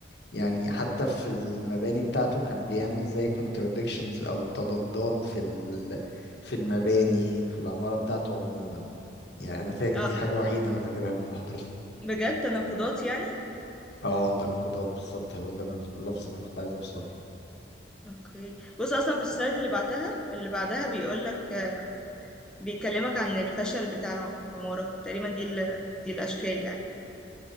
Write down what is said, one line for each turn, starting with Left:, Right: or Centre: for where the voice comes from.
Left: يعني حتى في المباني بتاعته كان بيعمل زي contradictions او تضادات في ال... في المباني في العمارة بتاعته عموما يعني انا فاكر
Centre: اه
Left: دي حاجة وحيدة انا فاكرها من المحاضرة
Centre: بجد تناقضات يعني
Left: اه تناقضات بالظبط هو ده اللي أنا- اللفظ اللي انا كنت عايز اوصل له
Centre: اوكي بص اصلا في السلايد اللي بعتها اللي بعدها بيقول لك آه، بيكلمك عن الفشل بتاع العمارة تقريبا دي ال... دي الاشكال يعني